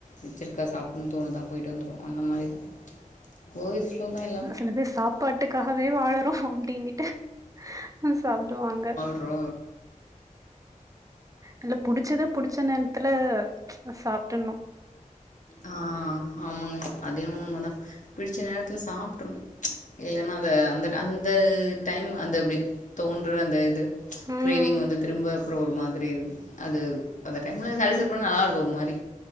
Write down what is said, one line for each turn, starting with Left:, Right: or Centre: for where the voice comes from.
Left: வெச்சிருக்கா சாப்புண்ணு தோணுதா போயிட்டு வந்துருவோ அந்த மாரிதா <unintelligible> ஸ்லோதா இல்
Right: அ சில பேர் சாப்பாட்டுக்காகவே வாழறோ அப்டின்னுட்டு அ சாப்டுவாங்க
Left: றோ
Right: இல்ல புடிச்சத புடிச்ச நேரத்துல அ சாப்டின்னு
Left: ஆ ஆமாங்க அதேன்மோ உண்மதா பிடிச்ச நேரத்துல சாப்ட்ருனு இல்லன்னா அத அந்த அந்த டைம் அந்த அப்டி தோன்ற அந்த இது
Right: ம்
Left: கிரேவிங் வந்து திரும்ப அப்றோ ஒரு மாதிரி இரு அது அந்த டைம்ல <unintelligible> நல்லாருக்கு ஒரு மாரி